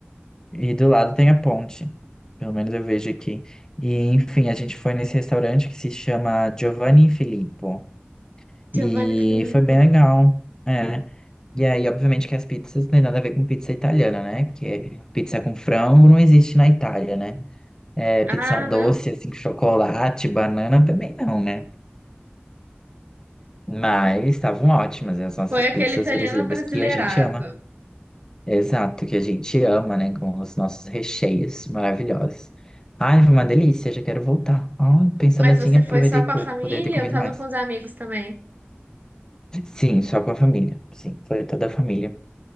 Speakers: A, on the left (about 15°); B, on the right (about 45°).
A: E do lado tem a ponte. Pelo menos eu vejo aqui. E, enfim, a gente foi nesse restaurante que se chama Giovanni Filippo.
B: Giovanni
A: E
B: Filippo.
A: foi bem legal. É. E aí, obviamente, que as pizzas não tem nada a ver com pizza italiana, né? Porque pizza com frango não existe na Itália, né? É, pizza
B: Ah,
A: doce,
B: não.
A: assim, com chocolate, banana também não, né? Mas
B: Hum,
A: estavam ótimas as nossas
B: Foi aquele
A: pizzas
B: italiano
A: brasileiras
B: brasileirado.
A: que a gente ama. Exato, que a gente ama, né? Com os nossos recheios maravilhosos. Ai, foi uma delícia, já quero voltar. Ah, pensando
B: Mas
A: assim,
B: você
A: aproveitei
B: foi só com
A: pouco,
B: a família?
A: poderia ter comido
B: Eu tava
A: mais.
B: com os amigos também.
A: Sim, só com a família. Sim, foi toda a família.